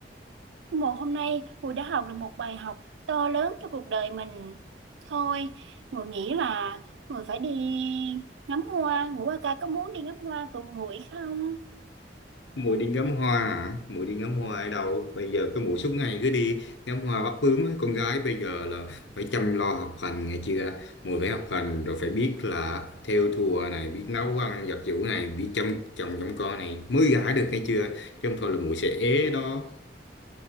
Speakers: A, on the right; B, on the left.
A: một hôm nay nguội đã học được một bài học to lớn cho cuộc đời mình. Thôi, nguội nghĩ là nguội phải đi ngắm hoa. Ngũ ca có muốn đi ngắm hoa cùng nguội không?
B: Mũi đi ngắm hoa hả? Mũi đi ngắm hoa ở đâu? Bây giờ cái mũi suốt ngày cứ đi ngắm hoa bắt bướm á. Con gái bây giờ là phải chăm lo học hành nghe chưa? Mũi phải học hành rồi phải biết là thêu thùa này, biết nấu ăn giặt giũ này, biết chăm chồng chăm con này mới gả được nghe chưa? Chứ không thôi là mũi sẽ ế đó.